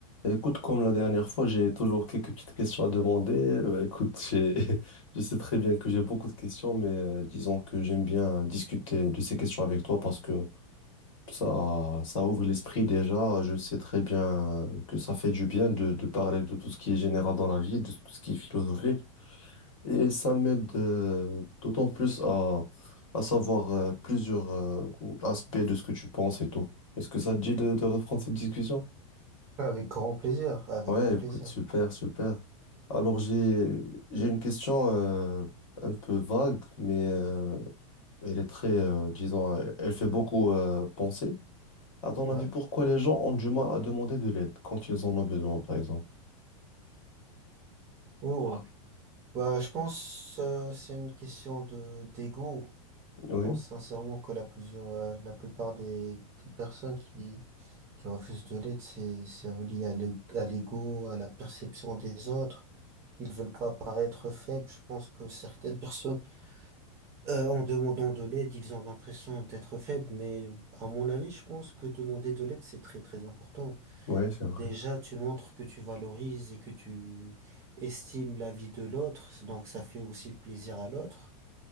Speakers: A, on the left (about 65°); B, on the right (about 15°).
A: Écoute, comme la dernière fois, j'ai toujours quelques petites questions à demander. Euh, écoute, j'ai- <laughs> je sais très bien que j'ai beaucoup de questions, mais euh, disons que j'aime bien discuter de ces questions avec toi parce que ça, ça ouvre l'esprit déjà. Je sais très bien que ça fait du bien de, de parler de tout ce qui est général dans la vie, de tout ce qui est philosophique. Et ça m'aide euh, d'autant plus à, à savoir euh, plusieurs euh, aspects de ce que tu penses et tout. Est-ce que ça te dit de, de reprendre cette discussion?
B: Avec grand plaisir, avec
A: Ouais,
B: grand plaisir.
A: écoute, super, super. Alors j'ai j'ai une question euh, un peu vague, mais euh, elle est très, euh, disons, elle elle fait beaucoup euh, penser. À ton
B: Ouais.
A: avis, pourquoi les gens ont du mal à demander de l'aide quand ils en ont besoin, par exemple?
B: Oh. Ok. Bah, je pense euh, c'est une question de d'ego.
A: Oui,
B: Je pense sincèrement que la plusieurs, euh, la plupart des, des personnes qui qui refusent de l'aide, c'est c'est relié à le- à l'ego, à la perception des autres. Ils veulent pas paraître faibles. Je pense que certaines personnes, euh, en demandant de l'aide, ils ont l'impression d'être faibles. Mais à mon avis, je pense que demander de l'aide, c'est très très important.
A: ouais, c'est vrai.
B: Déjà, tu montres que tu valorises et que tu estimes la vie de l'autre, donc ça fait aussi plaisir à l'autre